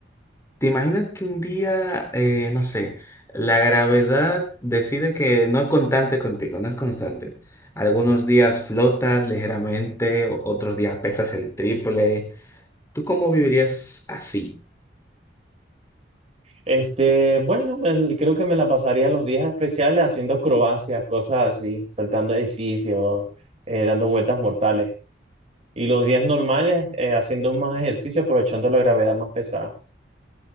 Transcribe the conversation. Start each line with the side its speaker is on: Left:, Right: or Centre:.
Left: ¿Te imaginas que un día, eh, no sé, la gravedad decide que no es constante contigo, no es constante? Algunos días flotas ligeramente, o- otros días pesas el triple. ¿Tú cómo vivirías así?
Right: Este, bueno, me- creo que me la pasaría los días especiales haciendo acrobacias, cosas así, saltando edificios, eh, dando vueltas mortales. Y los días normales, eh, haciendo más ejercicio, aprovechando la gravedad más pesada.